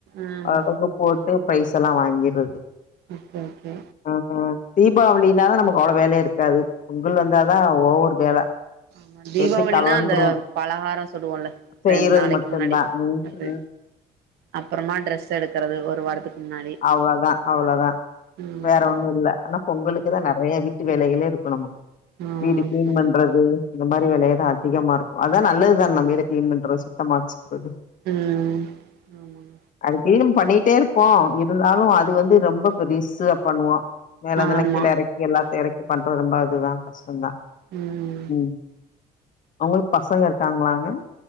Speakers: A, on the right; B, on the left.
A: ம்
B: ஓர் அளவுக்கு போட்டு ப்ரைஸ்ல்லா வாங்கிறது
A: ஓக்கே ஓக்கே
B: அ ஆ தீபாவளினாதா நமக்கு அவ்ளோ வேலை இருக்காது பொங்கல் வந்தாதா ஓவர் வேல
A: அந் தீபாவளின்னா
B: வெந்து கலண்டுரு
A: அந்த பலகாரம் சுடுவோம்ல
B: செய்யறது
A: ரெண் நாளைக்கு
B: மட்டுந்தா
A: முன்னாடி
B: ம்
A: அது
B: ம்
A: அப்புறமா ட்ரெஸ் எடுக்குறது ஒரு வாரத்துக்கு முன்னாடி
B: அவ்ளோதா அவ்ளோதா
A: ம்
B: வேற ஒன்னும் இல்ல ஆனா பொங்களுக்குதா நெறய வீட்டு வேலைகளே இருக்கனோ
A: ஆமா
B: வீடு கிளீன் பண்ணோ பெறகு இந்த மாரி வேலையதா அதிகமா இருக்கூ அதா நல்லதுதான நம்ம வீடு கிளீன் பண்றது சுத்தமா வெச்சுக்குறது
A: ம் ஆமாங்க
B: அது கிளீன் பண்ணிட்டே இருப்போ இப் இருந்தாலூ அது வந்து ரொம்ப பெருஸ்சா பண்ணுவோ மேல அதெல்லா
A: ஆமா
B: கீல ‌எறக்கி எல்லாத்தையூ எறக்கி பண்றது ரொம்ப இதுதா கஷ்டம்தா
A: ம் ம்
B: ம் உங்ளுக் பசங்க இருக்காங்ளாங்க